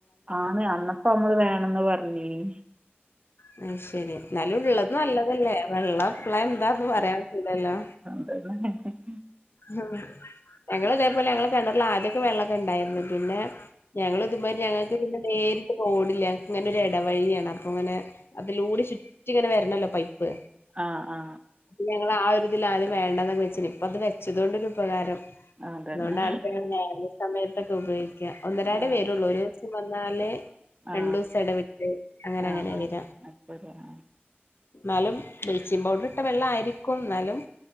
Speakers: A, on the right; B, on the left.
A: ആണ് അന്നപ്പോ നമ്മള് വേണന്ന് പറഞ്ഞീ ണ്
B: അത് ശരി എന്നാലും ഉള്ളത് നല്ലതല്ലേ പ്ല എന്താ ന്ന് പറയാൻ പറ്റൂ ല ല്ലോ
A: ഉ
B: ഉം ഞങ്ങള് ഇതേപോലെ ഞങ്ങളെ കെണറി ല് ആദ്യക്കെ വെള്ളക്കെ ഉണ്ടായിരുന്നു പിന്നെ ഞങ്ങൾ ഇതുമാരി ഞങ്ങൾക്ക് പിന്നെ നേരി റോഡില്ല ഞങ്‌ ക്ക് ഇങ്ങനെ ഒരു ഇടവഴിയാണ് അപ്പൊ ഇങ്ങനെ അതിലൂടെ ചുറ്റി ഇങ്ങനെ വരണമല്ലോ പൈപ്പ്
A: ആ ആ ആ
B: <unintelligible> ഞങ്ങള് ആ ഒരുരിതിൽ ആദ്യം വേണ്ടന്നൊക്കെ വിച്ച ഇപ്പ അത് വതുകൊണ്ടൊരു ഉപകാരം
A: ആ അതന്നെ
B: അതുകൊണ്ടാണ്പ്പ <unintelligible> സമയത്തൊക്കെ ഉപയോഗിക്കുന്ന ഒന്നരാ
A: ആ
B: ടെ വരുള്ളൂ ഒരു ദിവസം വന്നാലേ
A: ആ
B: രണ്ടൂ സ ഇടവിട്ട അങ്ങനെ
A: ആ ആ
B: അങ്ങനെ
A: ആ
B: വരാ
A: <unintelligible>
B: ന്നാ ലും ബ് ലീച്ചി പൗഡർ ഇട്ട വെള്ളാ യിരിക്കും ന്നാലും